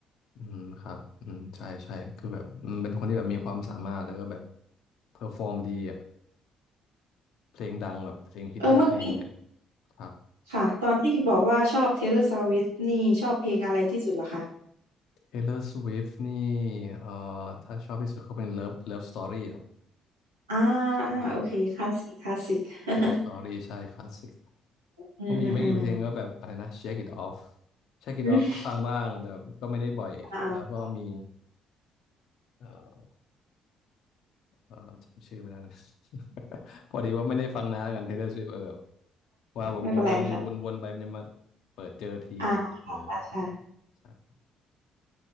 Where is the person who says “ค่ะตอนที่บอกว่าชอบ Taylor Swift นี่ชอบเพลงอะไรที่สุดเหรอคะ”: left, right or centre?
Right